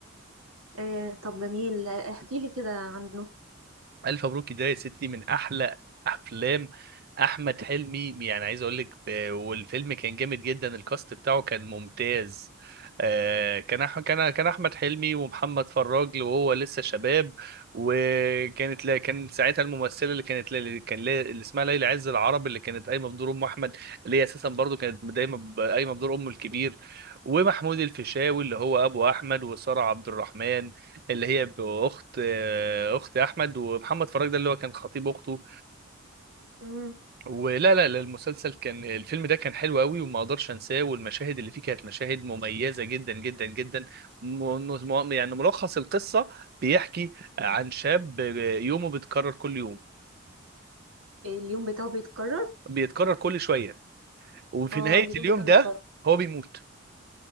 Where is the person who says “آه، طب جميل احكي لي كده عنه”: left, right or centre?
Right